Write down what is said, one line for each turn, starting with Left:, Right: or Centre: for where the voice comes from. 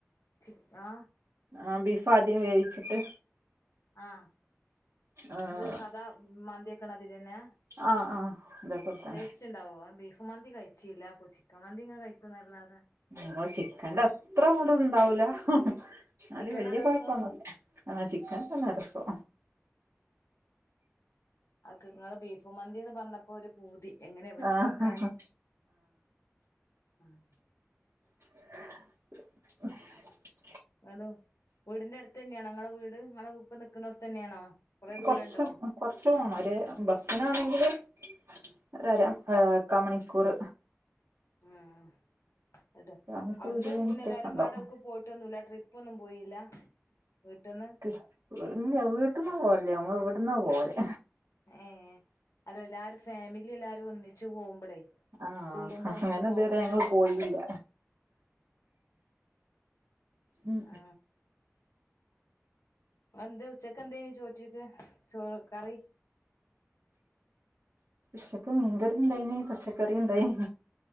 Left: ചിക് ആ
Right: ആ ബീഫ് ആദ്യം വേവിച്ചിട്ട്
Left: ആ
Right: ആഹ്
Left: അത് സാദാ മന്ദി ക്ണ മതിരി ന്നെ
Right: ആ ആ അതേപോലെ തന്നെ
Left: ടേസ്റ്റ് ണ്ടാവോ അ ബീഫ് ഫ് മന്തി കഴിച്ചില്ല ചിക്കൻ മന്തി ഇങ്ങനെ കഴിക്കും അല്ലാതെ
Right: നമ്മളെ ചിക്കന്റെ അത്ര കൂടെ ഉണ്ടാവൂല്ല ന്നാലും
Left: ചിക്കനാ
Right: വല്യ
Left: രസം
Right: കുഴപ്പൊന്നുല്ല ആ ചിക്കൻ പിന്ന രസോ
Left: അഹ്കെ ങ്ങള് ബീഫുമന്തിന്ന് പറഞ്ഞപ്പോ ഒരു പൂതി എങ്ങനെ വെച്ചോക്കാന്
Right: ആഹ്
Left: ആഹ്
Right: <unintelligible>
Left: ങ്ങട് വീടിന്റെ അടുത്ത് തന്നെയാണോ ങ്ങളെ വീട് നിങ്ങളെ ഇപ്പ നിക്കണോടത്ത് തന്നെയാണോ കൊറെ ദൂരണ്ടോ
Right: കൊർച്ചും കൊർച്ചും ഒര് ബസ്സിനാണെങ്കില് ഒരു അര ആ കാ മണി കുർ
Left: ഉം അട്ട്
Right: കാമണിക്കൂർ
Left: അവിടുന്ന്
Right: ഇരുപത് മിനിറ്റൊക്കെ
Left: പിന്നെ എല്ലാരമ്പാട
Right: ഉണ്ടാവും
Left: ഒക്ക് പോയിട്ടൊന്നുല്ല ട്രിപ്പ്‌ ഒന്നും പോയില്ല വീട്ടിന്ന്
Right: ഇല്ല വീട്ട്ന്നും പോവല്ല നമ്മൾ ഇവിട് എന്ന പോല്
Left: ഏ അല്ല എല്ലാരും ഫാമിലി എല്ലാരും വന്നി ച്ചു പോവുമ്പളേ
Right: ആഹ്
Left: കൂടുമ്പോ
Right: അങ്ങനെ
Left: നമ്മുക്ക് പോവാ
Right: ഇതുവരെ
Left: ഒരു
Right: ഞങ്ങള് പോയില്ല ഉം
Left: ആ അഹ് ന്തെ ച്ചക്ക് എന്തേഞ്ഞി ചോറ്റിക്ക് ചോ കറി
Right: ഉച്ചക്ക് മീൻകറി ണ്ടായിനി പച്ചക്കറി ണ്ടായിനി